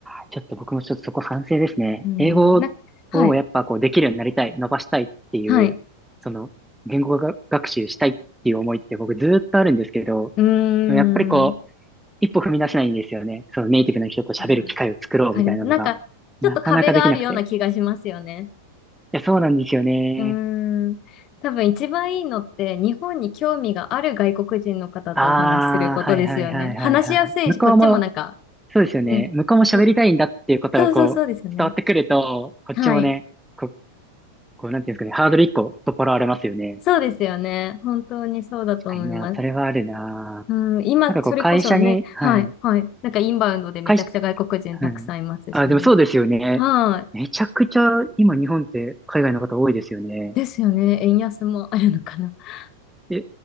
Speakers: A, in the centre; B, on the left.
A: ー、ちょっと僕もちょっとそこ反省ですね。
B: うーん。
A: 英語をやっぱこうできるようになりたい、
B: な、はい。
A: 伸ばしたいっていう、
B: はい。
A: その言語が学習したいっていう思いって僕ずーっとあるんですけど、
B: うー
A: やっぱりこう、
B: ん。
A: 一歩踏み出せないんですよね。そのネイティブの人と喋る機会を作ろうみたいなのが、
B: いやー、わかります。なんか、ちょっと壁があるような気がしますよね。
A: なかなかできなくて。いや、そうなんですよね。
B: うーん、多分一番いいのって日本に興味がある外国人の方とお話しすることですよね。
A: ああ、はいはいはいはいはい。
B: 話しやすいし、
A: 向こうも、
B: こっちもなんか
A: そうですよね。
B: ね、
A: 向こうも喋りたいんだっていうことがこう、
B: そうです。そうそうそうですよね。
A: 伝わってくると、こっちもね、
B: はい。
A: こう、こう、なんていうんですかね、ハードル一個取っ払われますよね。
B: そうですよね。本当にそうだと思います。
A: 確かにな、それはあるな。
B: うん、今、
A: なんかこう、
B: それこそね、
A: 会社に、はい。
B: はい、はい。なんかインバウンドでめちゃくちゃ外国人たくさんいますしね。
A: 会社、はい。あ、でもそうですよね。
B: はい。
A: めちゃくちゃ、今日本って海外の方多いですよね。
B: ですよね。円安もあるのかな。<laughs>
A: え